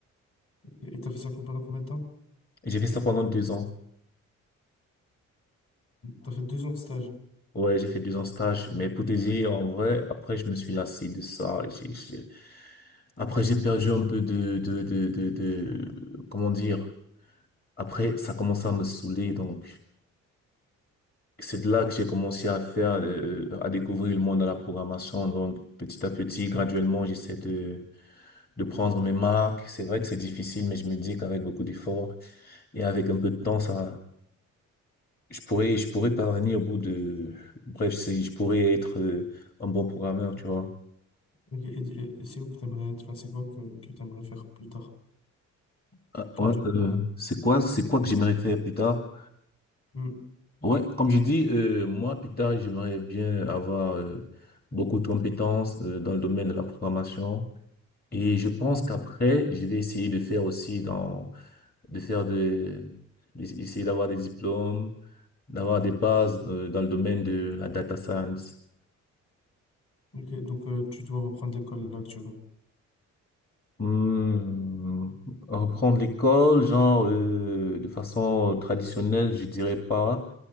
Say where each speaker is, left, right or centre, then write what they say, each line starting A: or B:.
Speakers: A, on the left; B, on the left.
A: Ok, Et t'as fait ça pendant combien de temps?
B: Et J'ai fait ça pendant deux ans.
A: T'as fait deux ans de stage.
B: Ouais, j'ai fait deux ans de stage. Mais pour te dire, en vrai, après, je me suis lassé de ça. J'ai, j'ai- Après, j'ai perdu un peu de, de, de, de, de, comment dire. Après, ça commençait à me saouler. Donc, c'est de là que j'ai commencé à faire, euh, à découvrir le monde de la programmation. Donc, petit à petit, graduellement, j'essaie de, de prendre mes marques. C'est vrai que c'est difficile, mais je me dis qu'avec beaucoup d'efforts et avec un peu de temps, ça, Je pourrais, je pourrais parvenir au bout de, bref, c'est, je pourrais être euh, un bon programmeur, tu vois.
A: Ok, et, et- et c'est où que t'aimerais être? Enfin, c'est quoi que, que t'aimerais faire plus tard
B: Ah,
A: comme
B: ouais,
A: job?
B: euh, c'est quoi, c'est quoi que j'aimerais faire plus tard?
A: Hmm.
B: Ouais, comme j'ai dit, euh, moi, plus tard, j'aimerais bien avoir euh, beaucoup de compétences euh, dans le domaine de la programmation. Et je pense
A: Mhm.
B: qu'après, je vais essayer de faire aussi dans, de faire de, d'essayer d'avoir des diplômes, d'avoir des bases euh, dans le domaine de la data science.
A: Ok, donc euh, tu dois reprendre l'école là actuellement.
B: Hmm, reprendre l'école, genre euh, de façon traditionnelle, je dirais pas,